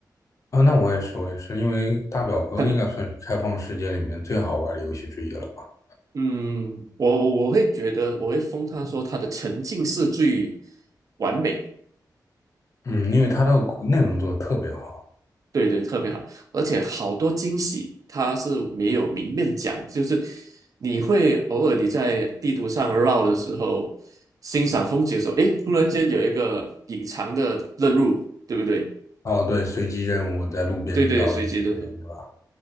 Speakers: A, on the left (about 45°); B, on the right (about 50°).
A: 啊，那我也是，我也是，因为大表哥应该算是开放世界里面最好玩的游戏之一了吧？
B: 的。嗯，我我会觉得我会封他说他的沉浸式最完美，
A: 嗯，因为它的内容做的特别好。
B: 对对，特别好，而且好多惊喜他是没有明面讲，就是你会偶尔你在地图上绕的时候，欣赏风景的时候，诶，突然间有一个隐藏的任务，对不对？
A: 哦，对，随机任务在路边遇到了一些人，
B: 对对，随机的，
A: 对吧？